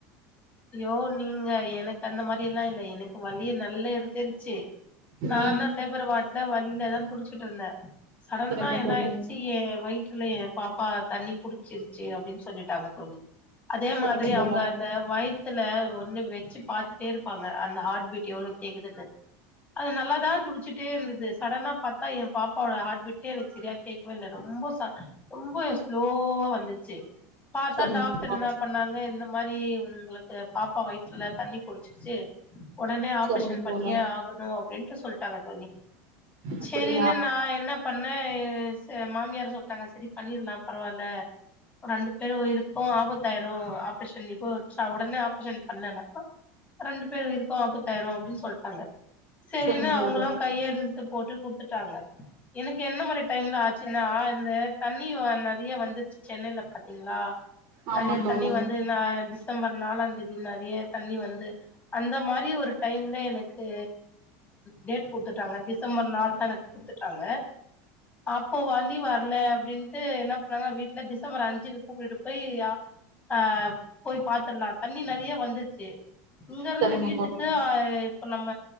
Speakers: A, on the left (about 15°); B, on the right (about 55°).
A: ஐயோ நீங்க எனக்கு அந்த மாரிலா இல்ல எனக்கு வழி நல்லா எடுத்துருச்சு நானு
B: ம்
A: லேபர் வாட்ல வழியிலதா துடிச்சுகிட்டு இருந்தே சடனா
B: சரிங்க
A: என்ன
B: தோழி
A: ஆய்டுச்சு என் வயி துல்ல ஏ பாப்பா தண்ணி குடிச்சிருச்சு அப்டின்னு சொல்லிட்டாங்க தோழி அதே
B: சரிங்க
A: மாதிரி
B: தோழி
A: அவுங்க அந்த வயத்துல ஒண்ணு வச்சு பாத்துட்டே இருப்பாங்க அந்த ஹார்ட்பீட் எவ்ளோ கேக்குதுன்னு அது நல்லாதா துடிச்சுட்டே இருந்துது சடனா பாத்தா எ பாப்பாவோட ஹார்ட்பீட்டே எனக்கு சரியா கேக் கவேல்ல ரொம்ப ச ரொம்ப ஸ்லோவா வந்துச்சு பாத்தா
B: சரிங்க
A: டாக்ட்ருஎன்ன
B: தோழி
A: பண்ணாங்க இந்த மாரி உங்ளுக்கு பாப்பா வயித்துல தண்ணி குடிச்சிருச்சு ஒடனே ஆபரேஷன்
B: சரிங்க
A: பண்ணியே
B: தோழி
A: ஆகனு அப்டின்ட்டு சொல்ட்டாங்க தோழி
B: அப்படியா
A: சேரின்னு நா என்ன பண்ணே எ மாமியார்சொல்ட்டாங்க சரி பண்ணிரலா பரவால்ல ரெண்டு பேரு உயிருக்கு ஆபத்தாயிரு ரேஷன் இப்போ உடனே ஆப்ரேஷன் பண்ணலனாக்க ரெண்டு பேர் உயிருக்கு ஆபத்தக்தாயிரு அப்டினு சொல்ட்டாங்க சேரின்னுா
B: சரிங்க
A: அவுங்களு
B: தோழர்
A: கையெழுத்து போட்டு குடுத்துட்டாங்க எனக்கு என்ன மாரி டைம்ல ஆச்சுன்னா இந்த தண்ணி வந் நெரிய வந்துச்சு சென்னையில பாத்திங்ளா
B: ஆமா
A: தணியா
B: தோழர்
A: தண்ணி வந் டிசம்பர் நாலா தேதி நெறைய தண்ணி வந்து அந்த மாதிரி ஒரு டைம்ல எனக்கு டேட் குடுத்துட்டாங்க டிசம்பர் நாள் தான குடுத்துட்டாங்க அப்போ வலி வர ல்ல அப்டின்ட்டு என்ன பண்ணாங்கா வீட்ல டிசம்பர் அஞ்சுக்கு கூப்ட்டுட்டு போய் அ போய் பாத்துருலா தண்ணி நெறைய வந்துருச்சு இங்க இருந்து
B: சரிங்க
A: வீட்டுக்கு
B: தோழர்
A: அ இப்ப நம்ம